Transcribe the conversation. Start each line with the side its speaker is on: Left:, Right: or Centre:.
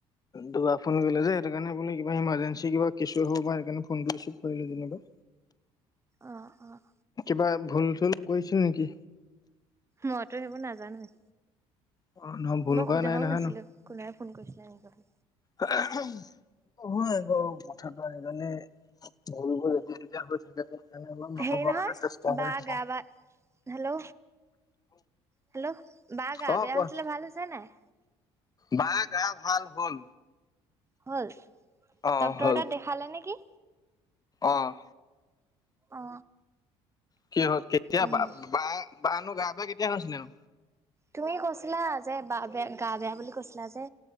Left: দুবাৰ ফোন কৰিলে যে সেই কাৰণে আপু কিবা ইমাৰ্জেঞ্চি কিবা কেচু হ'ব বা সেইকাণে ফোন ৰিচিভ কৰিলো যেনিবা।
Right: অহ, অহ।
Left: বা ই ভুল চুল কৰিছিল নেকি।
Right: মইতো সেইবোৰ নাজানো।
Left: অ নহয় ভুল
Right: মই
Left: কৰা
Right: সোধাও
Left: নাই নহয়
Right: নাছিলো
Left: ন?
Right: কোনে ফোন কৰিছিলে।
Left: হয় আকৌ কথাটো সেইকাৰণে <unintelligible> বহ বল এতিয়া যেতিয়া হৈ থাকে যে <unintelligible> নহ'বৰ
Right: হেৰি নহয়
Left: কাৰণে চেষ্টা কৰি
Right: বা
Left: থাকো।
Right: গা বা হেল্ল'। হেল্ল' বা গা
Left: অ
Right: বেয়া
Left: কোৱা
Right: হৈছিলে ভাল হৈছে নাই।
Left: বা গা ভাল হল।
Right: হ'ল
Left: অ
Right: ডক্তৰ
Left: হ'ল
Right: তাত দেখালে নেকি।
Left: অ',
Right: অ
Left: কি হ'ল কেতিয়া
Right: উম
Left: বা বা নো গা বেয়া কেতিয়া হৈছিল নো।
Right: তুমি কৈছিলা যে বা বেয়া গা বেয়া বুলি কৈছিলা যে।